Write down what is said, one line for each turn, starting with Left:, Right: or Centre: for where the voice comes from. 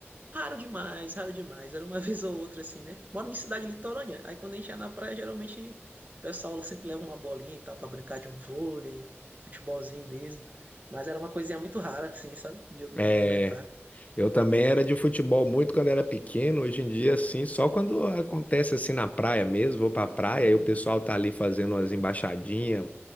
Right: Raro demais, raro demais. Era uma <laughs> vez ou outra, assim, né? Moro em cidade litorânea. Aí quando a gente ia na praia, geralmente o pessoal sempre leva uma bolinha e tal pra brincar de um vôlei, futebolzinho mesmo. Mas era uma coisinha muito rara, assim, sabe? De eu me
Left: É,
Right: movimentar.
Left: eu também era de futebol muito quando era pequeno. Hoje em dia, assim, só quando acontece assim na praia mesmo, vou pra praia e o pessoal tá ali fazendo umas embaixadinhas,